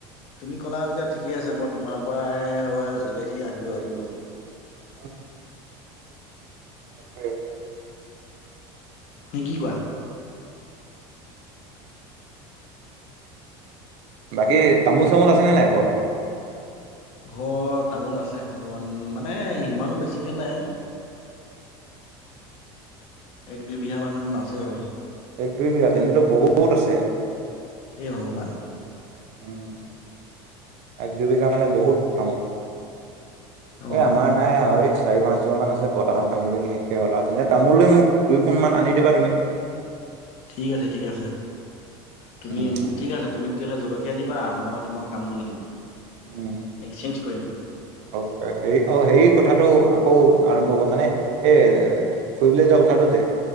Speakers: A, on the left; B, on the right.
A: তুমি ক'লা যেতিয়া ঠিকে আছে, মই তোমাৰ পৰাই জলকীয়া খিনি আনিব লাগিব।
B: <unintelligible> সেইটোৱে।
A: নে কি কোৱা!
B: বাকী তামোল-চামোল আছেনে নাই ঘৰত?
A: ঘৰত তামোল আছে অলপমান মানে ইমানো বেছিকে নাই। এক দুই বিঘা মান আছে আৰু।
B: এক-দুই বিঘা তেন্তে বহুত বহুত আছে।
A: হে ভগৱান!
B: উম, এক-দুইবিঘা মানে বহুত তামোল। এ
A: অ'।
B: আমাৰ নাই আও <unintelligible> চাৰি পাঁচজোপা মান আছে, বতাহত ভাঙি ভাঙি শেষে হল। তেন্ত তামোলো মোক দুই পোন মান আনি দিবা তুমি।
A: ঠিক আছে, ঠিক আছে। তুমি,
B: উম
A: ঠিক আছে। তুমি তেতিয়াহ'লে জলকীয়া দিবা, মই তোমাক তামোল দিম।
B: উম।
A: এক্সচেঞ্জ কৰিম।
B: অকে। হেৰি অ' হেৰি কথাটো আকৌ আৰম্ভ কৰো মানে এ- ফুৰিবলৈ যোৱা কথাটো যে।